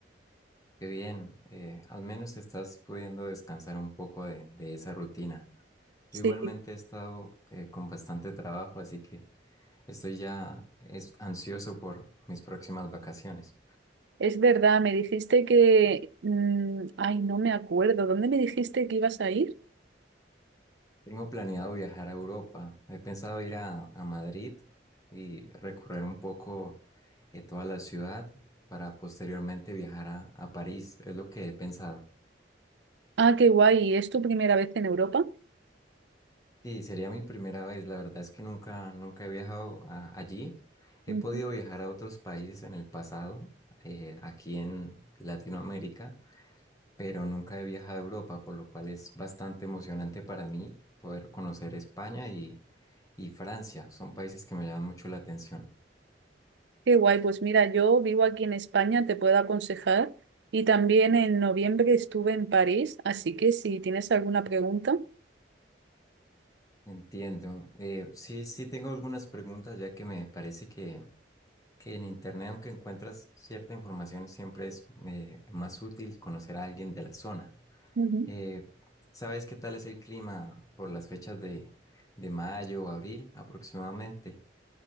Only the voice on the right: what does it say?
Sí,
es verdad, me dijiste que... mm, ay, no me acuerdo, ¿dónde me dijiste que ibas a ir?
Ah, qué guay, ¿es tu primera vez en Europa?
Ujú.
Qué guay, pues mira, yo vivo aquí en España, te puedo aconsejar y también en noviembre estuve en París, así que si tienes alguna pregunta.
Ujú.